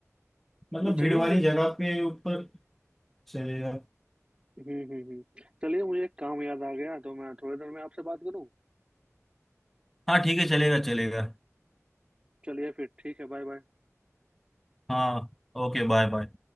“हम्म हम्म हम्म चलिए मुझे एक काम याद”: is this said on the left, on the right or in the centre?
Right